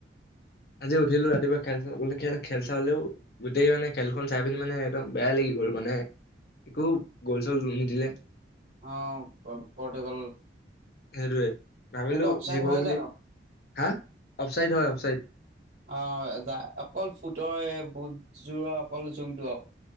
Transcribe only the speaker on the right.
অ' পৰ্টুগাল
সেইটো অফচাইড
হয়
জানো
অ' য অকল ফুটৰ বুটযোৰৰ অকল জোংটো আৰু